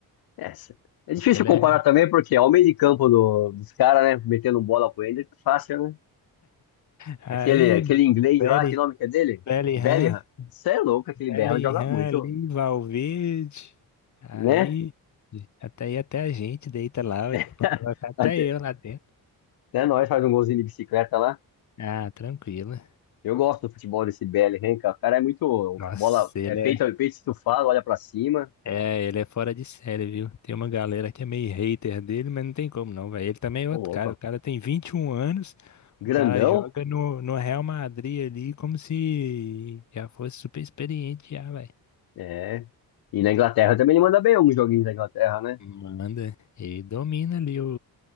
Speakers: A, on the left; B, on the left.
A: É, é difícil
B: Aquele
A: comparar
B: é...
A: também, porque é o meio de campo do- dos caras, né? Metendo bola pro Ender, fácil, né?
B: Aí,
A: Aquele, aquele inglês
B: Belly,
A: lá, que nome que é dele?
B: Bellingham,
A: Bellingham. Você é louco, aquele
B: Bellingham
A: Bellingham joga muito,
B: ali, Valverde. Aí,
A: né?
B: até aí até a gente deita lá, ué,
A: <laughs>
B: pra colocar até
A: Até,
B: eu lá dentro.
A: até nós faz um golzinho de bicicleta lá.
B: Ah, tranquilo.
A: Eu gosto do futebol desse BL, hein, cara. O cara é muito.
B: Nossa,
A: Bola,
B: ele
A: é peito
B: é.
A: peito estufado, olha pra cima.
B: É, ele é fora de série, viu? Tem uma galera que é meio hater dele, mas não tem como não, velho. Ele também é
A: Ô,
B: outro
A: louco.
B: cara. O cara tem 21 anos,
A: Grandão?
B: o cara joga no, no Real Madrid ali como se já fosse super experiente já, velho.
A: É. E na Inglaterra também ele manda bem alguns joguinhos da Inglaterra, né?
B: Manda. E domina ali o,